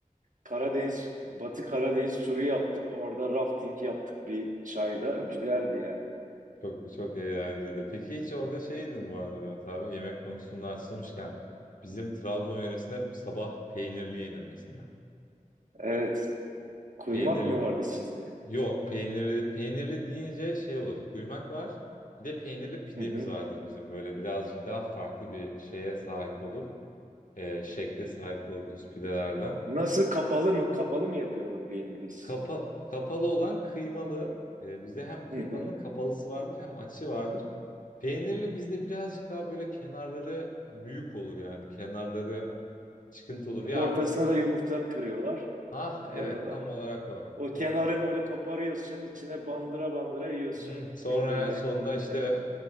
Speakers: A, on the right; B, on the left.
A: Karadeniz, Batı Karadeniz turu yaptık. Orada rafting yaptık bir çayda. Güzeldi yani.
B: Çok çok eğlenceliydi. Peki hiç orada şey yedin bu arada Mehmet abi yemek konusunda açılmışken bizim Trabzon yöresinde hep sabah peynirli yenir mesela.
A: Evet. Kuymak
B: Peynir
A: mı vardı sizde?
B: yok peynirli peynirli deyince şey olur kuymak var bir de peynirli pidemiz
A: Hı hı.
B: vardır bizim böyle birazcık daha farklı bir şeye sahip olur. Ee, şekle sahip olur düz pidelerden.
A: Nasıl kapalı mı? Kapalı mı yapıyorlar peynirliği sizde?
B: Kapa- kapalı olan kıymalı Ee, bizde hem kıymalının
A: Hı hı.
B: kapalısı vardır hem açı vardır. Peynirli bizde birazcık daha böyle kenarları büyük olur yani. Kenarları çıkıntı olur. Ya
A: Ortasına
B: aslında
A: da yumurta kırıyorlar,
B: ah evet
A: koyuyorlar.
B: tam olarak o.
A: O kenarı
B: O
A: böyle koparıyorsun, içine bandıra bandıra yiyorsun.
B: Hmm, sonra
A: Peynirle,
B: en sonunda
A: yumurtayla.
B: işte